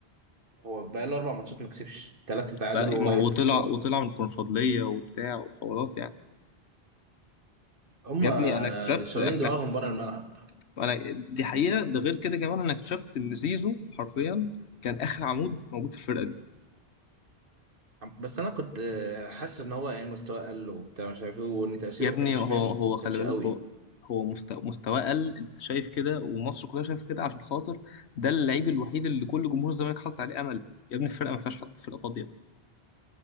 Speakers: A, on the right (about 55°); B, on the left (about 80°).
A: هو بقى له اربع ماتشات ما كسبش ثلاثه تعادل
B: بقى
A: وواحد
B: ما- وطلع
A: خساره
B: وطلع من الكونفدراليه وبتاع وحوارات يعني
A: هم
B: يا ابني انا اكتشفت
A: شغالين
B: احنا
A: دماغهم بره الملعب
B: انا دي حقيقه ده غير كده كمان انا اكتشفت ان زيزو حرفيا كان اخر عمود موجود في الفرقه دي
A: بس انا كنت حاسس ان هو يعني مستواه قل وبتاع مش عارف ايه وان تاثيره
B: يا ابني
A: ما كانش
B: هو
A: فاهم
B: هو
A: ما
B: خلي
A: كانش
B: بالك
A: قوي
B: هو هو مست- مستواه قل انت شايف كده ومصر كلها شايفه كده عشان خاطر ده اللعيب الوحيد اللي كل جمهور الزمالك حاطط عليه امل يا ابني الفرقه ما فيهاش حد فرقه فاضيه